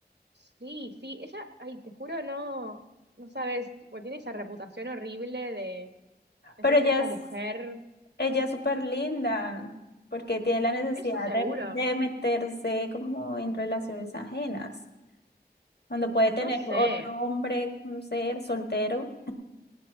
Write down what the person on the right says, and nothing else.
Sí, sí, ella, ay, te juro, no, no sabes, tipo, tiene esa reputación horrible de, es
esta
mujer.
Eso seguro,
no sé,